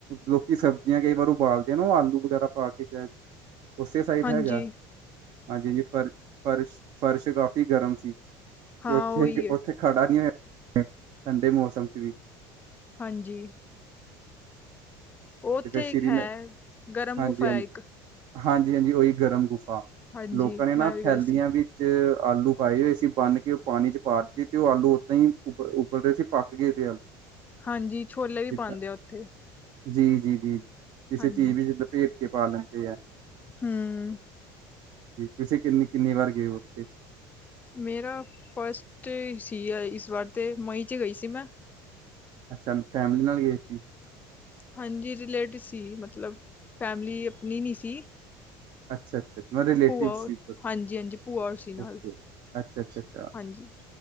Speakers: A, on the right; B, on the left.
A: ਲੋਕੀ ਸਬਜ਼ੀਆਂ ਕਈ ਵਾਰ, ਉਬਾਲਦੇ ਨੇ ਉਹ ਆਲੂ ਵਗੈਰਾ ਪਾ ਕੇ ਉਸੇ ਸਾਈਟ
B: ਹਾਂਜੀ
A: ਹੈਗਾ, ਹਾਂਜੀ- ਹਾਂਜੀ ਪ ਰ ਫ਼ਰਸ ਫਰਸ਼, ਕਾਫ਼ੀ ਗਰਮ ਸੀ ਤੇ
B: ਹਾਂ
A: ਉੱਥੇ
B: ਉਹੀ ਹੈ
A: -ਉੱਥੇ ਖੜਾ ਨਹੀਂ ਹੋਇਆ, ਠੰਡੇ ਮੌਸਮ ਚ ਵੀ
B: ਹਾਂਜੀ। ਉਹ ਉੱਥੇ
A: ਤੇ ਫਿਰ ਸ਼੍ਰੀ
B: ਇੱਕ ਹੈ ਗਰਮ
A: ਹਾਂਜੀ
B: ਗੁਫਾ
A: ਹਾਂਜੀ
B: ਹੈ ਇੱਕ।
A: ਹਾਂਜੀ -ਹਾਂਜੀ ਉਹੀ ਗਰਮ ਗੁਫਾ,
B: ਹਾਂਜੀ
A: ਲੋਕਾਂ ਨੇ ਨਾ
B: ਮੈਂ ਵੀ
A: ਥੈਲੀਆਂ
B: ਗਈ ਸੀ
A: ਵੀ ਚ ਆਲੂ ਪਾਏ ਹੋਏ ਸੀ ਬੰਨ ਕੇ, ਉਹ ਪਾਣੀ ਚ ਪਾ ਤੇ ਉਹ ਆਲੂ ਉੱਦਾਂ ਹੀ ਉਬ ਉਬਲਦੇ ਰਹੇ ਸੀ ਪੱਕ ਗਏ ਸੀ ਆਲੂ। <inaudible>
B: ਹਾਂਜੀ, ਛੋਲੇ ਵੀ
A: ਜਿੱਦਾਂ
B: ਪਾਉਂਦੇ ਆ ਉੱਥੇ
A: ਜੀ, ਜੀ, ਜੀ -ਜੀ ਕਿਸੇ
B: ਹਾਂਜੀ
A: ਚੀਜ਼ ਵੀ ਲਪੇਟ ਕੇ ਪਾ ਲੈਂਦੇ ਆ।
B: ਹਮ
A: ਤੁਸੀਂ ਕਿੰਨੀ-ਕਿੰਨੀ ਵਾਰ ਗਏ ਉੱਥੇ।
B: ਮੇਰਾ, ਫਸਟ ਸੀ ਅ ਇਸ ਵਾਰ ਤੇ ਮਈ ਚ ਗਈ ਸੀ ਮੈਂ।
A: ਅੱਛਾ ਫੈਮਿਲੀ ਨਾਲ ਗੇ ਸੀ?
B: ਹਾਂਜੀ ਰਿਲੇਟ ਸੀ, ਮਤਲਬ ਫੈਮਿਲੀ ਅਪਨੀ ਨੀ ਸੀ।
A: ਅੱਛਾ-ਅੱਛਾ ਮ ਰਿਲੇਟਿਵ
B: ਭੂਆ
A: ਸੀ,
B: ਹਾਂਜੀ ਹਾਂਜੀ ਭੂਆ ਔਰ ਸੀ ਨਾਲ
A: ਓਕੇ ਓ। ਅੱਛਾ-ਅੱਛਾ-ਅੱਛਾ,
B: ਹਾਂਜੀ